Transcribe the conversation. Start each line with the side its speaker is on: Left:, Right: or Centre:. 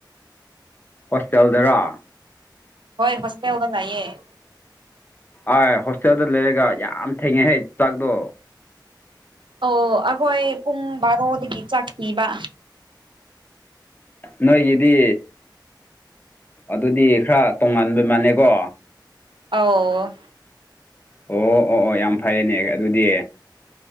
Left: ꯍꯣꯁꯇꯦꯜꯗꯔꯣ
Right: ꯍꯣꯏ ꯍꯣꯁꯇꯦꯜꯗ ꯂꯩꯌꯦ
Left: ꯑꯥꯏ ꯍꯣꯁꯇꯦꯜꯗ ꯂꯩꯔꯒ ꯌꯥꯝ ꯊꯦꯡꯉꯦꯍꯦ ꯆꯥꯛꯗꯣ
Right: ꯑꯣ ꯑꯩꯈꯣꯏ ꯄꯨꯡ ꯕꯥꯔꯣꯗꯒꯤ ꯆꯥꯛ ꯄꯤꯕ
Left: ꯅꯣꯏꯒꯤꯗꯤ ꯑꯗꯨꯗꯤ ꯈꯔ ꯇꯣꯉꯥꯟꯕꯩ ꯃꯥꯟꯅꯩꯀꯣ
Right: ꯑꯣꯥꯎ
Left: ꯑꯣ ꯑꯣ ꯑꯣ ꯌꯥꯝ ꯐꯩꯌꯦꯅꯦ ꯑꯗꯨꯗꯤ